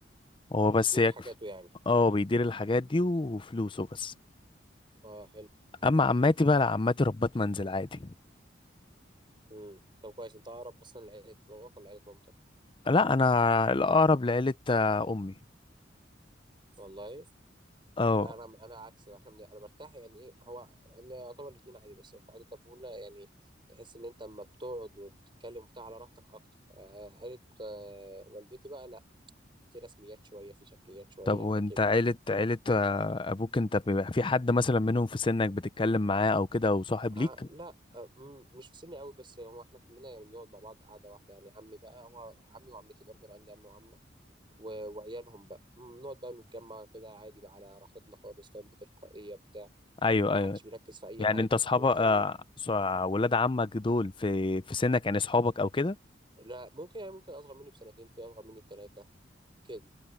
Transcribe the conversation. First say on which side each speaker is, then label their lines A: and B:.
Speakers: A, on the left (about 25°); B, on the right (about 25°).
A: هو
B: بيدير
A: بس يكفي
B: حاجاته يعني
A: اه بيدير الحاجات دي وفلوسه بس
B: اه حلو
A: اما عماتي بقى لا عماتي ربات منزل عادي
B: مم. طب كويس انت اقرب اصلا لعيلة باباك ولا عيلة مامتك
A: لا انا الاقرب لعيلة آه، امي
B: والله
A: اه
B: ما انا انا عكس بقى، احنا من... انا برتاح يعني ايه هو انا يعتبر الاتنين عادي بس هو في عائله طبولة يعني تحس ان انت اما بتقعد وبتتكلم وبتاع على راحتك اكتر آه، عائله آه، والدتي بقى لا في رسميات شويه في شكليات شويه
A: طب وانت
B: كده
A: عيلة عيلة آه، ابوك انت بيبقى في حد مثلا منهم في سنك بتتكلم معاه او كده او صاحب
B: آه
A: ليك
B: لا آه مم، مش في سني قوي بس هو احنا كلنا يعني بنقعد مع بعض قعده واحده يعني عمي بقى هو عمي وعمتي برضو انا عندي عمي وعمه و- وعيالهم بقى مم، بنقعد بقى نتجمع كده عادي بقى على راحتنا خالص فاهم بتلقائيه بتاع
A: ايوه
B: ما
A: ايوه
B: حدش بيركز في اي
A: يعني
B: حاجه
A: انت اصحاب
B: لكن
A: آه، ص- ولاد عمك دول في في سنك يعني اصحابك او كده
B: لا ممكن يعني ممكن اصغر مني بسنتين في اصغر مني بثلاثه كده